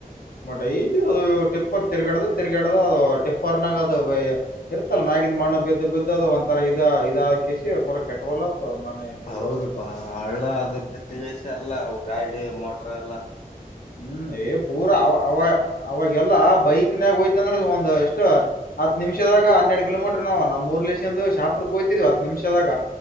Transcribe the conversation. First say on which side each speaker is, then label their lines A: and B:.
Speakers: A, on the left; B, on the left.
A: ಡೈಲಿ ಅದು ಟಿಪ್ಪರ್ ತಿರ್ಗಡ್ದ ತಿರ್ಗಾಡ್ದ ಅದು ಟಿಪ್ಪರ್ನಾಗ ಅದು ಇರ್ತಲ್ಲ ಮ್ಯಾಗಿ ಮಣ್ಣು ಬಿದ್ದ ಬಿದ್ದದು ಒಂದಥರ ಇದ ಇದಕಿಸಿ ಪೂರ ಕೆಟ್ಟಬಲತ್ತ ಮಣ್ಣೆ ಇದು
B: ಹೌದಪಾ ಹಳ್ಳ ಅದ ಬಿದ್ದಗಿಸಿ ಅಲ್ಲ ಗಾಡಿ ಮೋಟ್ರ ಎಲ್ಲಾ
A: ಹ್ಮ್ ಏ ಪೂರಾ ಅವ ಅವ ಅವಾಗೆಲ್ಲ ಬೈಕ್ನ್ಯಾಗ ಹೋಯ್ತಂದ್ರ ಒಂದು ಎಷ್ಟ ಹತ್ ನಿಮಿಷದಾಗ ಹನ್ನೆರಡು ಕಿಲೋಮೀಟರ್ ನಾವು ನಮ್ಮ್ ಊರ್ ಲಸಂದು ಶಾಪುಕ್ಕೆ ಹೋದ್ವಿ ಹತ್ ನಿಮಿಷದಾಗ